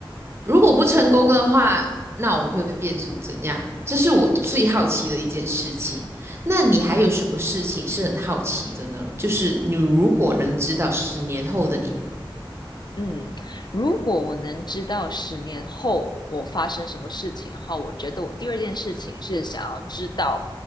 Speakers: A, on the right (about 30°); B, on the left (about 55°).
A: 如果不成功的话，那我会变成怎样？这是我最好奇的一件事情。那你还有什么事情是很好奇的呢？就是你如果能知道十年后的你，
B: 嗯，如果我能知道十年后我发生什么事情的话我觉得我第二件事情是想要知道